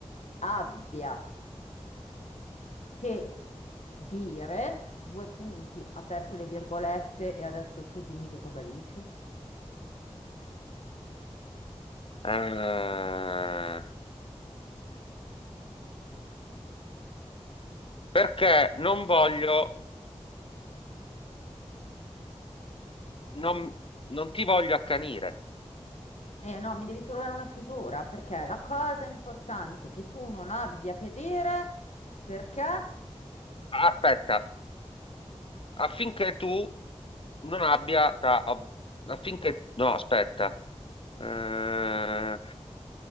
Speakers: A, on the left; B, on the left.
A: abbia che dire, due punti, aperte le virgolette, e adesso tu dimmi che cosa dici.
B: Eh, perché non voglio, non, non ti voglio accanire.
A: Eh no, mi devi trovare una chiusura, perché la cosa importante è che tu non abbia che dire, perché?
B: Aspetta, affinché tu non abbia da, affinché, no, aspetta, Eh,